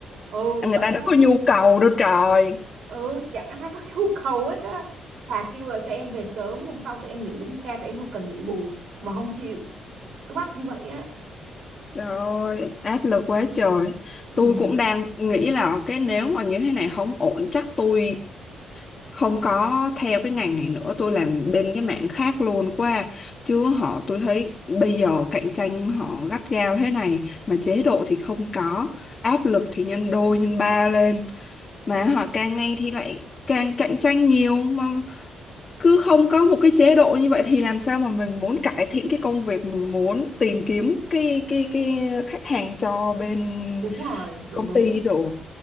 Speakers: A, on the right; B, on the left.
A: ừ
B: người
A: vậy
B: ta đâu
A: đó
B: có nhu cầu đâu trời
A: ừ chẳng ai có <laughs> nhu cầu hết á thà kêu là cho em về sớm hôm sau tụi em nghỉ đúng ca tụi em không cần nghỉ bù mà không chịu cứ bắt như vậy á
B: Trời ơi, áp lực quá trời.
A: ừ
B: Tôi cũng đang nghĩ là cái nếu mà như thế này không ổn chắc tôi không có theo cái ngành này nữa, tôi làm bên cái mảng khác luôn qua. Chứ họ tôi thấy bây giờ cạnh tranh họ gắt gao thế này mà chế độ thì không có, áp lực thì nhân đôi nhân ba lên mà họ càng ngày thì lại càng cạnh tranh nhiều mà cứ không có một cái chế độ như vậy thì làm sao mà mình muốn cải thiện cái công việc mình muốn tìm kiếm cái cái cái khách hàng cho bên
A: đúng rồi đúng
B: công
A: đúng
B: ty đủ